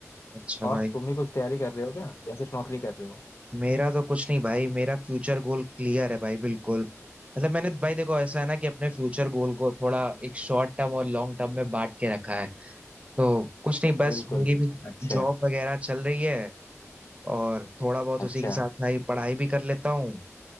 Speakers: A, on the right; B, on the left.
A: अच्छा
B: और
A: भाई
B: तुम भी कुछ तैयारी कर रहे हो क्या या सिर्फ नौकरी कर रहे हो
A: मेरा तो कुछ नहीं भाई मेरा फ्यूचर गोल क्लियर है भाई बिल्कुल मतलब मैंने भाई देखो ऐसा है ना कि अपने फ्यूचर गोल को थोड़ा एक शॉर्ट टर्म और लॉन्ग टर्म में बांट के रखा है तो कुछ नहीं बस
B: बिल्कुल
A: मेरी
B: बिल्कुल
A: भी
B: अच्छा
A: जॉब वगैरह चल रही है और थोड़ा बहुत उसी
B: अच्छा
A: के साथ भाई पढ़ाई भी कर लेता हूँ